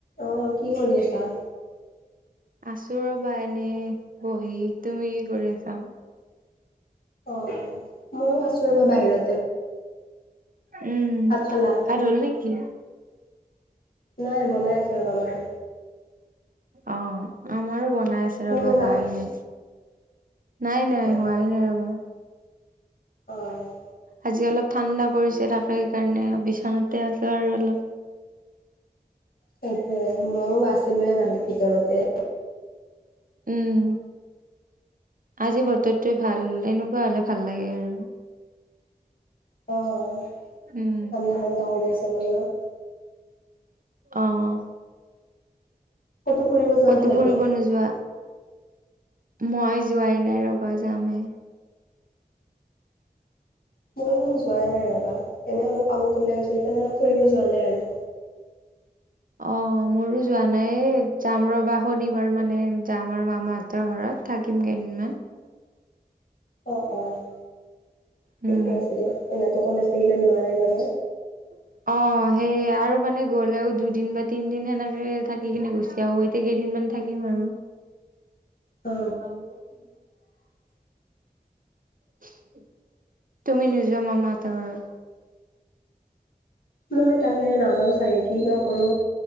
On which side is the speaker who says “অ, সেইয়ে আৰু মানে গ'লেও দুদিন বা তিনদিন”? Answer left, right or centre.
Right